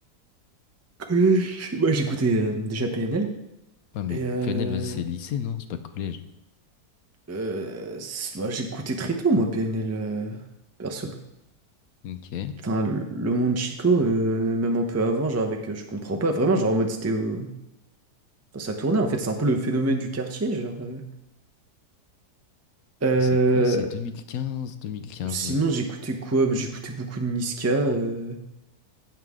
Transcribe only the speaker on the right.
que- Moi, j'écoutais euh, déjà PNL.
Et euh...
euh, c'est- bah, j'écoutais très tôt, moi, PNL, euh, perso.
Enfin, le le monde Chico, euh, même un peu avant, genre avec... euh, Je comprends pas, vraiment, genre en mode, c'était... euh, Enfin, ça tournait, en fait, c'est un peu le phénomène du quartier, genre... euh. Euh,
Sinon,
j'écoutais quoi? Bah, J'écoutais beaucoup de Niska, euh,